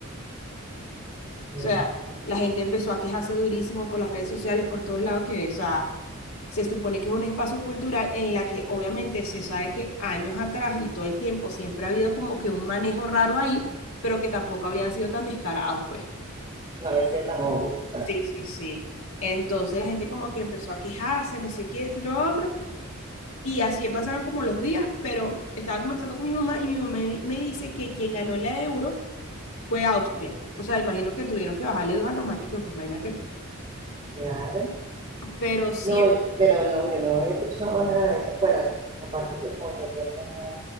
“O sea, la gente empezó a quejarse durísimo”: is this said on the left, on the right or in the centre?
Left